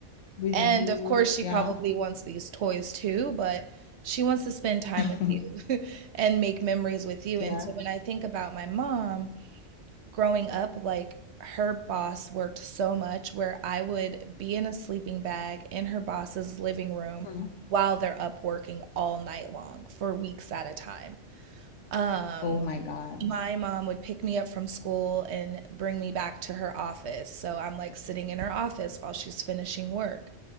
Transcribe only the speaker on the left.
With
you.
Yeah.
<laughs>
Yeah.
Mm.
Oh my God.